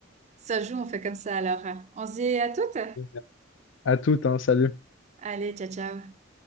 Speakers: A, on the right (about 35°); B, on the left (about 70°).
A: Ça joue, on fait comme ça alors. On se dit à toutes.
B: Génial. À toute, hein, salut.
A: Allez, ciao, ciao.